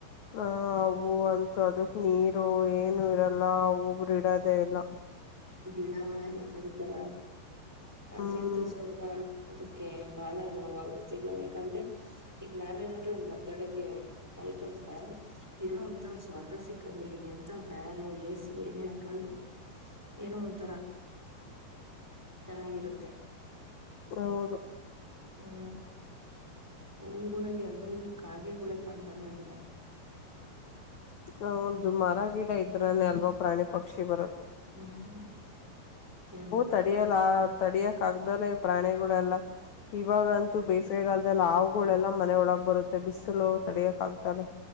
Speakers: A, on the left; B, in the centre.
A: ಹ ಅವು ಅಂತೂ ಅದಕ್ ನೀರು ಏನು ಇರಲ್ಲ ಅವುರು ಇಡದೆೇ ಇಲ್ಲ
B: ಗಿಣ ಮನ ಎಲ್ಲ ಕಡಿತಾರ ಆದ್ರಿಂದ
A: ಹ್ಮ್
B: ಸ್ವಲ್ಪ ಅದಕ್ಕೆ ಬಹಳ ನೋವಾಗುತ್ತೆ ಈಗ ಯಾಕಂದ್ರೆ ಈಗ ನಾವೇ ನೋಡ್ರಿ ಒಂದ್ ಮರ್ದಡೆಗೆ ಮಲ್ಕೊಂಡ್ರ ಏನೋ ಒಂಂತ ಸ್ವರ್ಗ ಸಿಕ್ಕಂಗ ನೀನ್ ಎಂತ ಫ್ಯಾನ್ ಎ ಸಿ ಏನೇ ಹಾಕೊಂಡ್ರು ಏನೋ ಒಂತರ ಚೆನ್ನಾಗಿರುತ್ತೆ
A: ಹೌದು
B: ಹ್ಮ್ ಊರುಗಳಳಗೆ ಎಲ್ಲೂ ಇಲ್ಲೂ ಕಾಗೆಗಳುಳೆ ಕಂಡ್ದಂಗ ಇದ್ದಾವ
A: ಹ ಒದು ಮರ ಗಿಡ ಇದ್ರನೆೆ ಅಲ್ವಾ ಪ್ರಾಣಿ ಪಕ್ಷಿ ಬರದು
B: ಹ್ಮ್ ಎಲ್ಲ
A: ತಡಿಯಲ್ಲ
B: ಕಡಿತಾರೆ
A: ತಡಿಯಕ್ ಆಗ್ದಲ್ಲ ಪ್ರಾಣಿಗಳೆಲ್ಲ ಇವಾಗಂತೂ ಬೇಸಿಗೆಗಲ್ದಲ್ಲಿ ಆಾಗಳೆಲ್ಲಾ ಮನೆ ಒಳಗ ಬರುತ್ತೆ ಬಿಸಿಲು ತಡಿಯಕ್ ಆಗ್ತಾನ